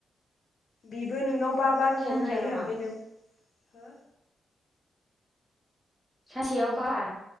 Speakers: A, on the left; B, in the centre.
A: बिबो नोंनाव बा बार हरनो
B: सानसेयाव
A: हायो
B: नामा
A: ओमफ्राय नों
B: सासेयाव बार